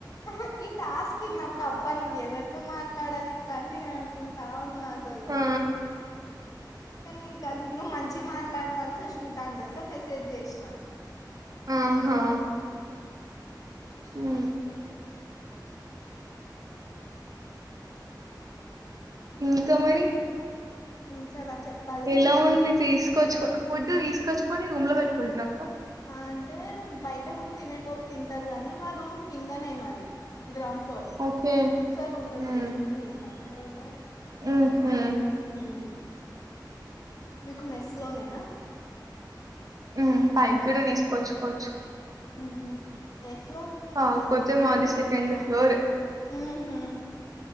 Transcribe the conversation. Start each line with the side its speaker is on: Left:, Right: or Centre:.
Left: హ్ ఈ టాస్క్ ఇన్నాప్ అబ్బా నేను ఎవర్తో మాట్లాడాలి ఇట్లా అని నేను అనుకుంటా ఉన్నా అసలు
Right: ఆ
Left: కానీ ఇంకా నువ్వు మంచి మాట్లాడతాను సుష్మిత అన్నద్ చా మెసేజ్ జెసిన
Right: ఆహా ఉమ్.
Left: మరి ఎందుకు తలుగుత లేదే
Right: ఇంకా మరి
Left: ఇంకా రా చెప్పాలి
Right: ఎలా ఉంది ఫీస్ తీసుకొ ఫుడ్ తీసుకొచ్చుకొని రూమ్ లో పెట్టుకుంటరా అక్క
Left: అంటే బయట కూడా తినేటోళ్ళు తింటారు కాని మా రూమ్ కిందనే మాది గ్రౌండ్ ఫ్లోర్
Right: ఓకే
Left: సో రూమ్లోకి
Right: ఉమ్
Left: తెచ్చుకునే తింటాం నేను ఇంకా
Right: ఉహు
Left: హ్మ్ మీకు మెస్ లో నేనా
Right: ఉమ్ పైకి గుడా తీసుకవచ్చుకోవచ్చు
Left: హు హ్మ్ ఎస్
Right: కాకపోతే మాది సెకండ్ ఫ్లోర్
Left: ఉహు